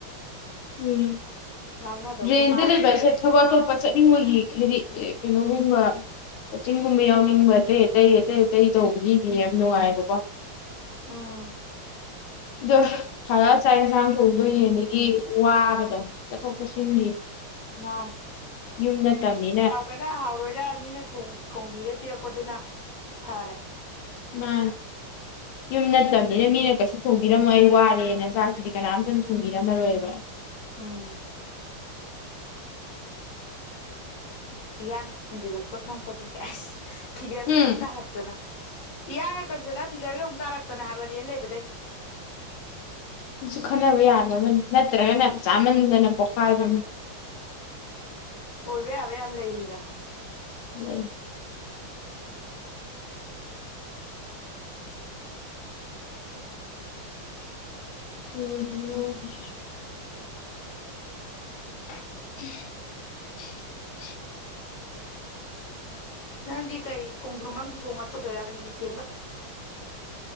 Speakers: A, on the left; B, on the left.
A: ꯎꯝ
B: ꯉꯥꯡꯅꯗꯧꯗꯤ
A: ꯔꯦꯟꯗ
B: ꯃꯥꯟꯗ꯭ꯔꯦ
A: ꯂꯩꯕ ꯍꯥꯏꯁꯦ ꯊꯕꯛ ꯑꯇꯣꯞꯄ ꯆꯠꯅꯤꯡꯕꯒꯤ ꯍꯥꯏꯗꯤ ꯀꯩꯅꯣꯒꯨꯝꯕ ꯀꯣꯆꯤꯡꯒꯨꯝꯕ ꯌꯥꯎꯅꯤꯡꯕ ꯑꯇꯩ ꯑꯇꯩ ꯑꯇꯩ ꯑꯇꯩ ꯇꯧꯕꯒꯤꯗꯤ ꯌꯥꯝ ꯅꯨꯡꯉꯥꯏꯕꯀꯣ
B: ꯎꯝ
A: ꯑꯗꯣ ꯍꯜꯂꯛꯑꯒ ꯆꯥꯛ ꯌꯦꯟꯁꯥꯡ ꯊꯣꯡꯗꯣꯏꯅꯤ ꯑꯗꯒꯤ ꯋꯥꯕꯗꯣ ꯆꯠꯊꯣꯛ ꯆꯠꯁꯤꯟꯒꯤ
B: ꯃꯥꯅꯦ
A: ꯌꯨꯝ ꯅꯠꯇꯕꯅꯤꯅ
B: ꯍꯥꯎꯒꯦꯔꯥ ꯍꯥꯎꯔꯣꯏꯔꯥ ꯃꯤꯅ ꯊꯣꯡꯕꯤꯔ ꯄꯤꯔꯛꯄꯗꯨꯅ ꯐꯔꯦ
A: ꯃꯥ ꯌꯨꯝ ꯅꯠꯇꯕꯅꯤꯅ ꯃꯤꯅ ꯀꯩꯁꯨ ꯊꯣꯡꯕꯤꯔꯝꯃꯣ ꯑꯩ ꯋꯥꯔꯦꯅ ꯆꯥꯛꯇꯨꯗꯤ ꯀꯅꯥꯝꯇꯪ ꯊꯣꯡꯕꯤꯔꯝꯃꯔꯣꯏꯕ
B: ꯎꯝ ꯌꯥꯪ ꯒꯥ ꯀꯪꯁꯤꯜꯂꯛꯄꯔꯥ ꯈꯪꯄꯣꯠꯇꯦ ꯐꯤꯒꯔ
A: ꯎꯝ
B: ꯒꯥ ꯑꯃꯨꯛ ꯇꯔꯛꯇꯅ ꯏꯡꯒ ꯀꯪꯁꯤꯜꯂ ꯐꯤꯒꯔꯒ ꯑꯃꯨꯛ ꯇꯥꯔꯛꯇꯅ ꯍꯥꯏꯕ ꯔꯤꯌꯦꯟ ꯂꯩꯕꯗꯩ
A: ꯁꯨ ꯈꯟꯅꯕ ꯌꯥꯕ ꯑꯃ ꯅꯠꯇ꯭ꯔꯒꯅ ꯆꯥꯃꯟꯗꯅ ꯄꯣꯛ ꯀꯥꯏꯕꯃꯦ
B: ꯑꯣꯏꯕ ꯌꯥꯕ ꯌꯥꯝ ꯌꯥꯝ ꯂꯩꯌꯦꯦꯅ
A: ꯂꯩ ꯍꯦ ꯍꯝ
B: ꯅꯪꯗꯤ ꯀꯩ ꯈꯣꯡꯗ꯭ꯔꯨꯝ ꯑꯃꯝ ꯊꯣꯡꯉꯠꯄꯗꯣꯏꯔꯥ ꯀꯔꯤ ꯊꯒ